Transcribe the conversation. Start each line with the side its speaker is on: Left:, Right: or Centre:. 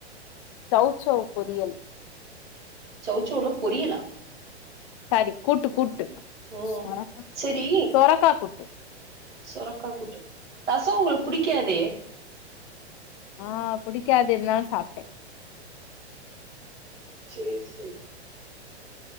Left: சௌசெளவ் பொரியல்
Right: சௌசெள ல பொரியலா
Left: சாரி கூட்டு கூட்டு
Right: ம்
Left: சொரக்கா கூட்டு
Right: செரி
Left: சொரக்கா கூட்டு
Right: சொரக்கா கூட்டு ரசோ உங்ளுக்கு புடிக்காதே
Left: அ புடிக்காது இருந்தாலும் சாப்ட்டே
Right: சேரி சேரி